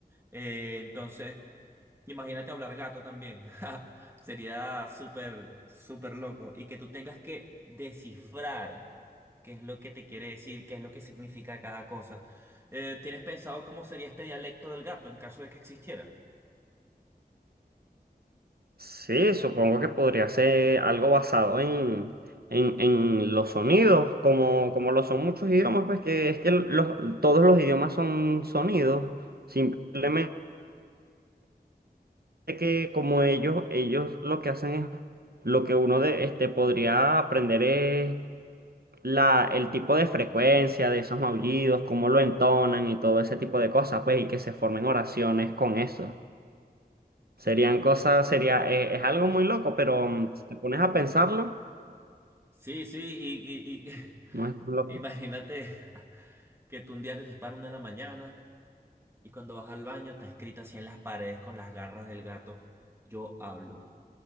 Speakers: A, on the right (about 15°); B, on the right (about 70°).
A: Eh, entonces... Imagínate hablar gato también. <laughs> Sería súper, súper loco. Y que tú tengas que descifrar qué es lo que te quiere decir, qué es lo que significa cada cosa. Eh, ¿tienes pensado cómo sería este dialecto del gato en caso de que existiera?
B: Sí, supongo que podría ser algo basado en, en, en los sonidos, como, como lo son muchos idiomas, pues que es que los, todos los idiomas son sonidos, simplemente que como ellos, ellos lo que hacen es, lo que uno de, este, podría aprender es la, el tipo de frecuencia de esos maullidos, cómo lo entonan y todo ese tipo de cosas, pues, y que se formen oraciones con eso.
A: Sería,
B: Serían cosas, sería, es, es algo muy loco, pero mm, si te pones a pensarlo.
A: sí, sí, y, y- y-
B: No es tan
A: <laughs>
B: loco.
A: imagínate que tú un día te despiertas una de la mañana y cuando vas al baño está escrito así en las paredes con las garras del gato, yo hablo.